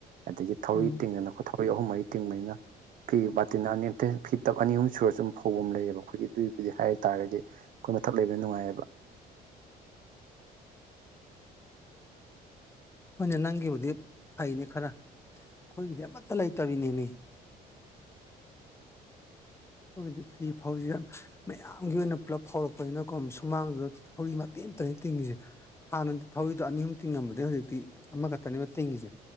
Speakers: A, on the right (about 55°); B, on the left (about 15°).
A: ꯑꯗꯒꯤ ꯊꯧꯔꯤ
B: ꯎꯝ
A: ꯇꯤꯡꯗꯅ ꯊꯧꯔꯤ ꯑꯍꯨꯝ ꯃꯔꯤ ꯇꯤꯡꯕꯅꯤꯅ ꯐꯤ ꯕꯥꯇꯤꯟ ꯑꯅꯤ ꯐꯤ ꯇꯞ ꯑꯅꯤ ꯑꯍꯨꯝ ꯁꯨꯔ ꯁꯨꯝ ꯐꯧꯕꯝ ꯂꯩꯌꯦꯕ ꯑꯩꯈꯣꯏꯒꯤ ꯑꯗꯨꯏꯕꯨꯗꯤ ꯍꯥꯏ ꯇꯥꯔꯒꯗꯤ ꯑꯩꯈꯣꯏ ꯃꯊꯛ ꯂꯩꯕꯅ ꯅꯨꯡꯉꯥꯏꯌꯦꯕ
B: ꯍꯣꯏꯅꯦ ꯅꯪꯒꯤꯕꯨꯗꯤ ꯐꯩꯅꯦ ꯈꯔ ꯑꯩꯈꯣꯏꯒꯤꯗꯤ ꯑꯃꯠꯇ ꯂꯩꯇꯕꯤꯅꯦ ꯃꯤ ꯑꯩꯈꯣꯏꯒꯤꯗꯤ ꯐꯤ ꯐꯧꯖꯤꯒ ꯃꯌꯥꯝꯒꯤ ꯑꯣꯏꯅ ꯄꯨꯂꯞ ꯐꯧꯔꯛꯄꯅꯤꯅꯀꯣ ꯁꯨꯃꯥꯡꯗꯨꯗ ꯊꯧꯔꯤ ꯃꯇꯦꯝ ꯑꯃꯇꯅꯤ ꯇꯤꯡꯉꯤꯁꯦ ꯍꯥꯟꯅꯗꯤ ꯊꯧꯔꯤꯗꯣ ꯑꯅꯤ ꯑꯍꯨꯝ ꯇꯤꯡꯉꯝꯕꯗꯩꯩ ꯍꯧꯖꯤꯛꯇꯤ ꯑꯃꯈꯛꯇꯅꯦꯕ ꯇꯤꯡꯉꯤꯁꯦ